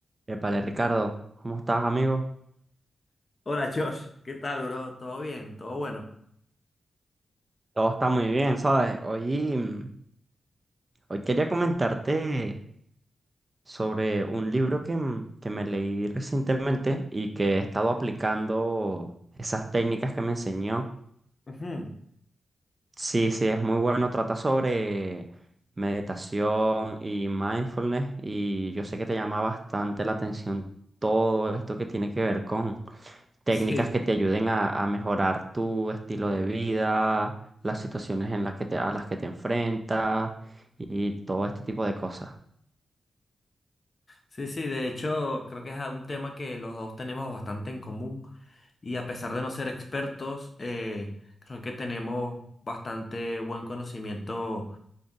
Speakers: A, on the right (about 25°); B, on the left (about 40°).
A: Épale, Ricardo, ¿cómo estás, amigo?
B: Hola Josh, ¿qué tal, bro? ¿Todo bien? ¿Todo bueno?
A: Todo está muy bien, ¿sabes? Hoy, mm, hoy quería comentarte sobre un libro que, mm, que me leí recientemente y que he estado aplicando esas técnicas que me enseñó.
B: Ujú.
A: Sí, sí, es muy bueno. Trata sobre meditación y mindfulness y yo sé que te llama bastante la atención todo esto que tiene que ver con técnicas
B: <laughs>
A: que te
B: Sí,
A: ayuden a, a mejorar tu estilo de vida, las situaciones en las que te, a las que te enfrentas y todo este tipo de cosas.
B: sí, sí, de hecho creo que es un tema que los dos tenemos bastante en común y a pesar de no ser expertos, eh, creo que tenemos bastante buen conocimiento